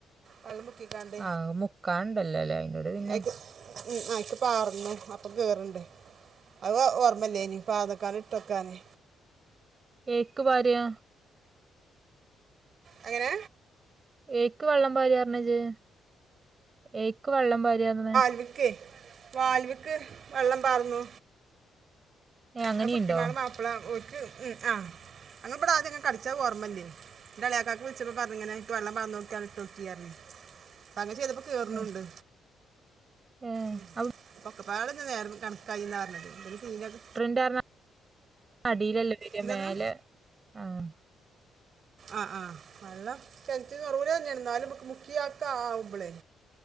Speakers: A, on the right (about 55°); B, on the right (about 35°).
A: കള്ള്മുക്കിക്കാണ്ട്
B: ആഹ് മുക്കാനുണ്ടല്ലോല്ലേ അയിനോട് പിന്നെ
A: അയ്ക്ക് ഉം അയിക്ക്പ്പാർന്ന് അപ്പൊ കേറ്ണ്ട് അത് ഓർമ്മല്ലേനി പാതെക്കാന് ഇട്ടൊക്കാന്
B: ഏക്ക് പാര്യാ
A: അങ്ങനേ
B: എയ്ക്ക് വള്ളം പാര്യണ്ജ്ജ് എയ്ക്ക് വള്ളം പാര്യാന്ന്
A: ഇവെക്കേ വാൽവിൾക്ക് വെള്ളം പാർന്നു
B: ഏഹ് അങ്ങനെയുണ്ടോ
A: ആ കുട്ടിമ്മാൾ മാപ് അല്ല. ഓക്ക് ഉം ആഹ് അങ്ങനെവെടെ ആദ്യമെങ്ങനെ കടിച്ചാ ഓർമില്ലേ? എന്റെ എളേയാക്കാക്ക് വിളിച്ചപ്പോ പറഞ്ഞിങ്ങനെ, എനക്ക് വെള്ളം വാർന്നൊഴിക്കാൻ ഒര് തൊട്ടിയായിർന്നു. ഇപ്പ അങ്ങനെ ചെയ്തപ്പോൾ കേറുന്നുണ്ട്.
B: ഏഹ് ഏഹ്
A: ഉം
B: അപ്പൊ
A: പക്കപ്പാടുന്ന നേരം കണക്കായിന്ന വെരുന്നത്. എന്തൊര് സീനത്.
B: ട്രെൻഡായിരുന്നാ അടിലല്ലേ വരുക,
A: എന്താ
B: മേലേ
A: പറഞ്ഞു
B: ആഹ്.
A: ആഹ് ആഹ നല്ല കെൺറ്റീന്ന് ഉറവെടെന്നെയാണ്. എന്നാലും നമ്മുക്ക് മുക്കിയേക്കായാവുമ്പളേ,